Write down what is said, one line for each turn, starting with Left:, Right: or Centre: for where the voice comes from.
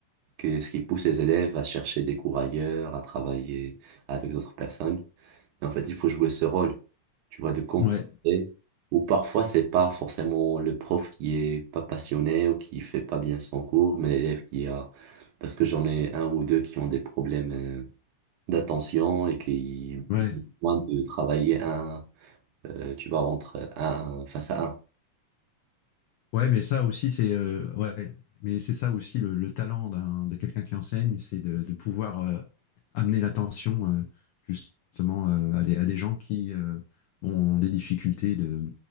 Right: que ce qui pousse les élèves à chercher des cours ailleurs, à travailler avec d'autres personnes. Et en fait, il faut jouer ce rôle, tu vois, de compenser.
Left: Ouais,
Right: Ou parfois, c'est pas forcément le prof qui est pas passionné ou qui fait pas bien son cours, mais l'élève qui a, parce que j'en ai un ou deux qui ont des problèmes euh, d'attention et qui
Left: ouais.
Right: ont besoin de travailler un, euh, tu vois, entre un face à un.
Left: Ouais, mais ça aussi, c'est euh, ouais, mais c'est ça aussi le, le talent d'un, de quelqu'un qui enseigne, c'est de, de pouvoir euh, amener l'attention euh, justement euh, à des, à des gens qui euh, bon, ont des difficultés de,